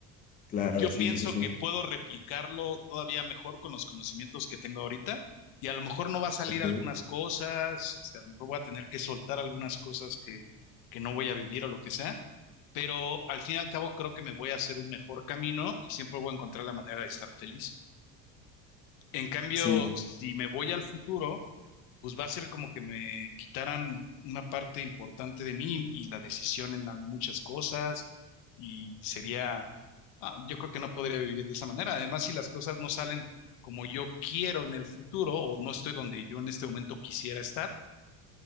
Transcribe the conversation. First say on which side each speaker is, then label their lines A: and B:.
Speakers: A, on the left; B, on the left.
A: Claro,
B: Yo
A: sí,
B: pienso
A: sí, sí.
B: que puedo replicarlo todavía mejor con los conocimientos que tengo ahorita y a lo mejor no va a salir
A: Ok,
B: algunas cosas, este, a lo mejor voy a tener que soltar algunas cosas que, que no voy a vivir o lo que sea, pero al fin y al cabo creo que me voy a hacer un mejor camino y siempre voy a encontrar la manera de estar feliz. En cambio,
A: sí,
B: si me voy al futuro pues va a ser como que me quitaran una parte importante de mí y la decisión en muchas cosas y sería, ah, yo creo que no podría vivir de esa manera. Además, si las cosas no salen como yo quiero en el futuro o no estoy donde yo en este momento quisiera estar,